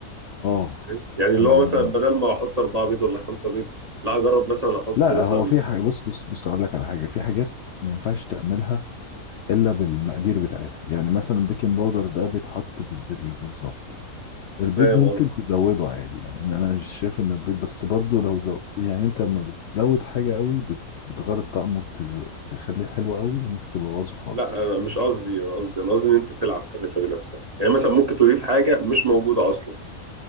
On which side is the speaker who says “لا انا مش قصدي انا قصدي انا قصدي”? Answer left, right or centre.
Right